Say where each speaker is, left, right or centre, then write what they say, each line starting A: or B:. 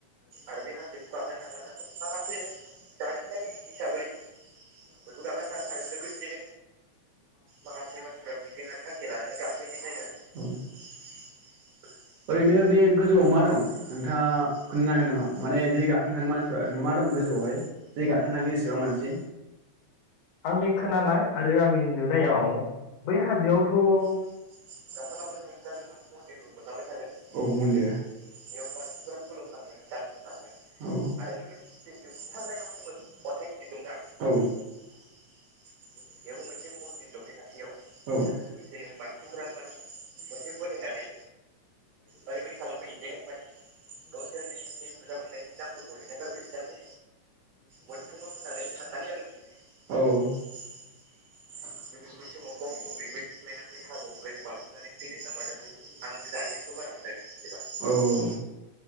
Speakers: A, on the right (about 70°); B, on the left (about 65°).
A: आरो बे हाजोखौ गाखोनो थाङो माखासे जारिमिनारि हिसाबै बयबो गाखोनो थाङो आरो लोगोसे माखासे मानसिफ्रा मिजिं आरो थांखि लानानै <unintelligible> ओरैनो बे गोजौआव मा दं नोंथाङा खोनथानो हागोन नामा? माने जि गाखोनो थाङो मानसिफ्रा ओरैनो मा दं गोजौआवहाय जि गाखोनो थाङो इसेबां मानसि
B: आंनि खोनानाय आरो आंनि नुनायाव बै हाजोआवथ'
A: गाखालांबाय थायोब्ला नोङो मन्दिरबो मोनलांबाय थागोन औ मन्दिर बेयाव मानसिफोरा खुलुमलाङो दान होलाङो आरो लोगोसे जे जोबथारनायाव अन्थाइ गिदिर दंना औ <unintelligible> बेयावबो मोनसे मन्दिर दं बे खााथियाव औ आरो लोगोसे मानसिफोरा माने मोनसे फोथायनानै ओरैबायदि खालामबोयो जे माने गावसोरनि जिउ मोजां मोननायनि नामफोरखौ लिरना गारबोयो जाहाथे मोनफुङो होननानै साननानै आरोखि औ गोदो बै समाव बाउखुंग्रि बे सिख्लाया बे हाजोनिफ्रायनो बाज्रुमनानै फैदोंना मादोंमोन आंबो जारिमिनखौ बारा मोजां मिथिजोबा औ औ